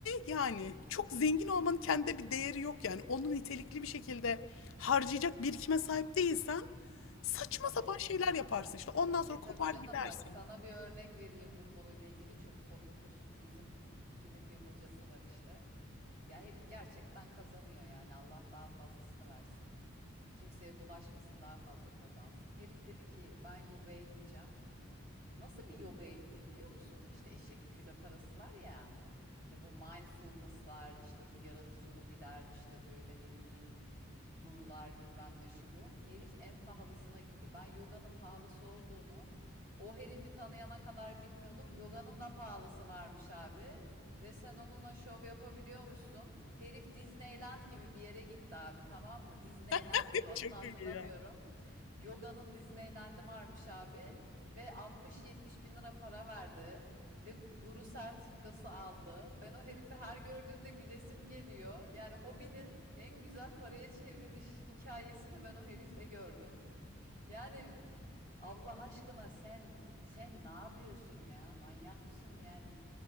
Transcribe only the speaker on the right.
<laughs> Tabii
canım.
E, tabii
canım.
Bak, sana bir örnek vereyim bu konuyla ilgili, çok komiktir. Bizimkinin bir hocası var işte. Ya herif gerçekten kazanıyor yani. Allah daha fazlasını versin. Kimseye bulaşmasın, daha fazla kazansın. Herif dedi ki ben yogaya gideceğim. Nasıl bir yogaya gitti biliyor musun? İşte eşek yükü parası var ya. İşte bu mindfulness'lar, işte bu yaratıcı hobiler, işte böyle ne bileyim gurular bilmem ne şu bu. Herif en pahalısına gitti. Ben yoganın pahalısı olduğunu o herifi tanıyana kadar bilmiyordum. Yoganın da pahalısı varmış abi. Ve sen onunla şov yapabiliyormuşsun. Herif Disneyland gibi bir yere gitti abi tamam mı? Disneyland
gibi adını
hatırlamıyorum.
Yoganın Disneyland'i varmış abi. Ve 60-70 bin lira para verdi. Ve guru sertifikası aldı. Ben o herifi her gördüğümde gülesim geliyor. Yani hobinin en güzel paraya çevriliş hikayesini ben o herifte gördüm. Yani Allah aşkına sen sen ne yapıyorsun ya? Manyak mısın yani?